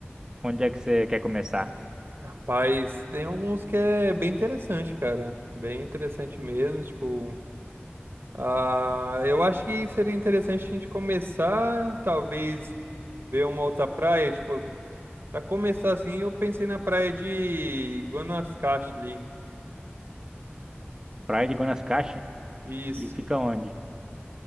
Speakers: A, on the right; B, on the right.
A: Onde é que você quer começar?
B: Rapaz, tem alguns que é bem interessante, cara. Bem interessante mesmo, tipo, ah, eu acho que seria interessante a gente começar, talvez ver uma outra praia, tipo, pra começar assim, eu pensei na praia de Guanacaste ali.
A: Praia de Guanacaste?
B: Isso.
A: E fica onde?